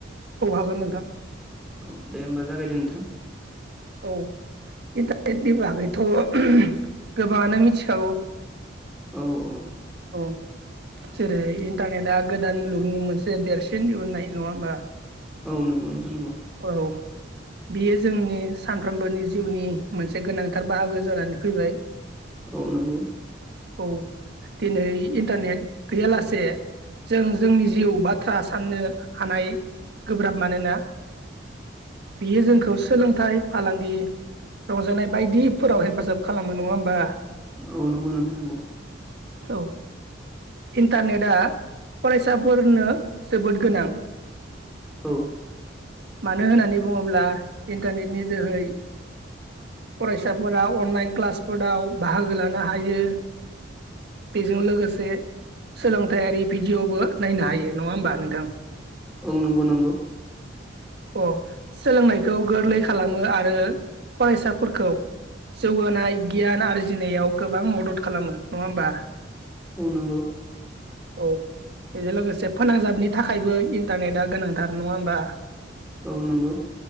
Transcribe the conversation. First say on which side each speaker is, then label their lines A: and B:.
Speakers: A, on the right; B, in the centre.
A: औ हागोन नोंथां।
B: औ दे होमबा जागायदो नोंथां
A: औ इन्टारनेट नि बागैथ' ओम गोबाङानो मिथिखागौ।
B: औ औ
A: औ जेरै- इन्टारनेटआ गोदान मुलुगनि मोनसे देरसिन दिहुननाय नङा होमबा
B: औ नंगौ नोंथां नंगौ
A: औ बियो जोंनि सानफ्रोमबोनि जिउनि मोनसे गोनांथार बाहागो जानानै फैबाय
B: औ नंगौ
A: औ दिनै इन्टारनेट गैयालासे जों-जोंनि जिउ बाथ्रा साननो हानाय गोब्राब मानोना
B: <inaudible>
A: बियो जोंखौ सोलोंथाइ फालांगि रंजानाय बायदिफोराव हेफाजाब खालामो नङा होमबा
B: औ नंगौ नोंथां नंगौ
A: औ इन्टारनेटआ फरायसाफोरनो जोबोद गोनां
B: औ
A: मानो होननानै बुङोब्ला इन्टारनेटनि जोहै फरायसाफोरा अनलाइन क्लासफोराव बाहागो लानो हायो। बेजों लोगोसे सोलोंथायारि भिडिअ'बो नायनो हायो नङा होमबा नोंथां
B: औ नंगौ नंगौ।
A: अ सोलोंनायखौ गोरलै खालामो आरो फरायसाफोरखौ जौगानाय गियान आर्जिनायाव गोबां मदद खालामो नङा होमबा?
B: औ नंगौ।
A: औ बेजों लोगोसे फोनांजाबनि थाखायबो इन्टारनेटा गोनांथार नङा होमबा?
B: औ नंगौ।